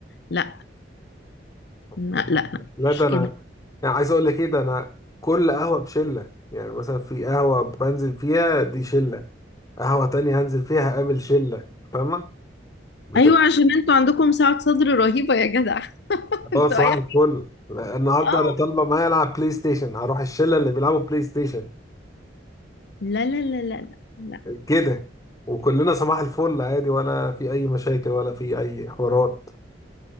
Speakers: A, on the left (about 65°); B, on the left (about 20°).
A: لا
B: اوكي
A: لا لا لا
B: لا
A: مش
B: ده انا
A: كده
B: يعني عايز اقول لك ايه ده انا كل قهوه بشله يعني مثلا في قهوه بنزل فيها دي شله قهوه تانية هنزل فيها هقابل شله فاهمه بتبقى
A: ايوه عشان انتوا عندكم سعة صدر رهيبة يا جدع <laughs> انتوا
B: اه صباح
A: اي
B: الفل لا، النهارده
A: اه
B: انا طالبه معايا العب بلاي ستيشن هروح الشله اللي بيلعبوا بلاي ستيشن
A: لا لا لا لا لا لا
B: كده وكلنا صباح الفل عادي ولا في اي مشاكل ولا في اي حوارات